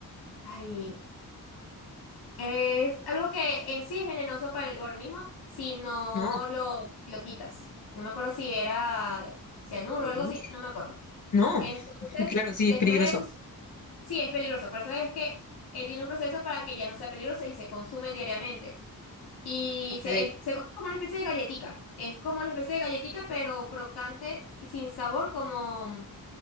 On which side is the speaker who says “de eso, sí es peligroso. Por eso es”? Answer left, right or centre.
Left